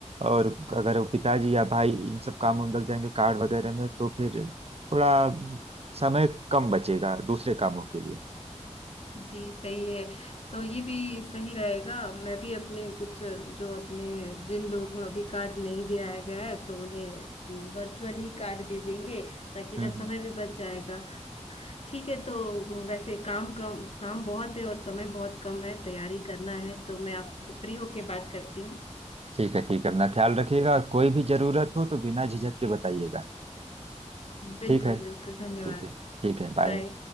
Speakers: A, on the right; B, on the left.
A: और अगर वो पिताजी या भाई इन सब कामों में लग जाएंगे कार्ड वगैरह में तो फिर थोड़ा समय कम बचेगा दूसरे कामों के लिए
B: जी सही है तो ये भी सही रहेगा मैं भी अपने कुछ जो अपने जिन लोगों को अभी कार्ड नहीं दिया गया है तो उन्हें वर्चुअल ही कार्ड दे देंगे ताकि
A: हम्म
B: इधर समय
A: हम्म।
B: भी बच जाएगा ठीक है तो वैसे काम कम काम बहुत है और समय बहुत कम है तैयारी करना है तो मैं आपसे फ्री होके बात करती हूँ
A: ठीक है ठीक है अपना ख्याल रखिएगा कोई भी जरूरत हो तो बिना झिझक के बताइएगा
B: बिल्कुल
A: ठीक है
B: बिल्कुल
A: ठीक
B: धन्यवाद
A: है ठीक है बाय
B: बाय